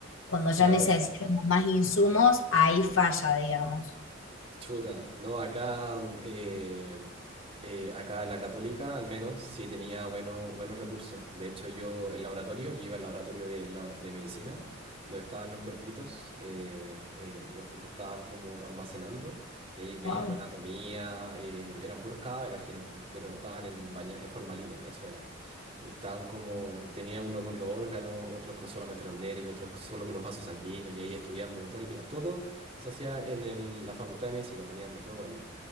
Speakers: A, on the left; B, on the right.
A: cuando ya
B: claro.
A: necesitamos más insumos, ahí falla, digamos.
B: Chuta, no, acá, mm, eh, eh, acá la católica al menos sí tenía buenos, buenos recursos. De hecho, yo el laboratorio, yo iba al laboratorio de, labo- de medicina, donde estaban los cuerpitos, eh, eh, los, los estaban como almacenando, y ahí veían
A: Wow.
B: anatomía, eh, eran puros cadáveres al final, pues, pero estaban en baña, en formalina, eso era. Y estaban como, tenía uno con los órganos, otros con solamente los nervios, otros solo con los vasos sanguíneos, y ahí estudiando todo el día. Todo se hacía en el- la Facultad de Medicina, tenían de todo allá.